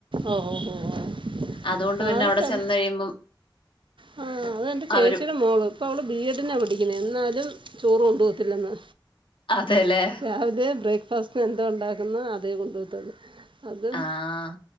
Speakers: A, on the right (about 70°); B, on the left (about 80°).
A: ഒ ഓ ഓ ഓ
B: അതുകൊണ്ട്
A: ആഹ്
B: പിന്നെ അവിടെ
A: സെർ
B: ചെന്ന് കഴിയുമ്പം
A: ഹാ അതെന്റെ ചേച്ചിടെ
B: അവരും
A: മോള് ഇപ്പോ അവള് ബി എഡിനാ പഠിക്കുന്നേ എന്നാലും ചോറ് കൊണ്ടു പോത്തില്ലെന്ന്
B: അതെല്ലേ
A: രാവിലെ ബ്രേക്ക്ഫാസ്റ്റിന് എന്തോ ഉണ്ടാക്കുന്ന് അതേ കൊണ്ടു പോത്തുള്ളു അതും
B: ആഹ്.